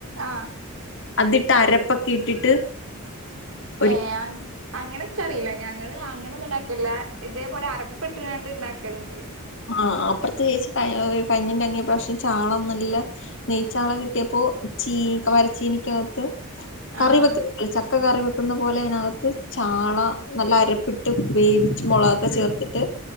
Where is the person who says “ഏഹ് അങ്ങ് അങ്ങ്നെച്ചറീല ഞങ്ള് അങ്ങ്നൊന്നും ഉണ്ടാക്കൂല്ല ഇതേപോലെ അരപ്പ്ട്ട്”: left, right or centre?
Right